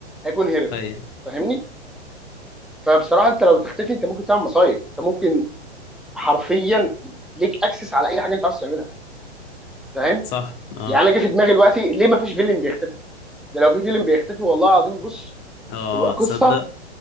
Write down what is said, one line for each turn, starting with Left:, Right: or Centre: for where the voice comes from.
Centre: هيكون هرب
Left: هي
Centre: فاهمني فبصراحه انت لو تختفي انت ممكن تعمل مصايب انت ممكن حرفيا ليك اكسس على اي حاجه انت عاوز تعملها فاهم
Left: صح اه
Centre: يعني انا جه في دماغي دلوقتي ليه ما فيش فيلم بيختفي ده لو في فيلم بيختفي والله العظيم بص
Left: اه
Centre: تبقى قصه
Left: تصدق